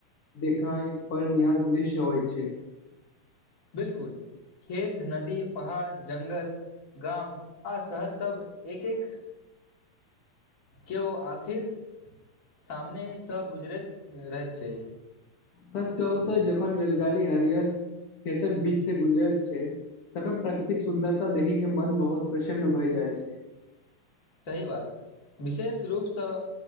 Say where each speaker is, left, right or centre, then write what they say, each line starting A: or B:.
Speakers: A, on the left; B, on the left.
A: देखाय पर निहार दृश्य होइ छै।
B: बिल्कुल खेत, नदी, पहाड़, जंगल। गाम आ शहर सभ एक-एक। केओ आखिर सामनेसँ गुजरैत रहैत छै।
A: सच कहू तऽ जखन रेलगाड़ी हरियर खेतक बीच से गुजरैत छै। तखन प्राकृतिक सुन्दरता देखी के मन बहुत प्रसन्न भय जाइ छै।
B: सही बात विशेष रूपसँ।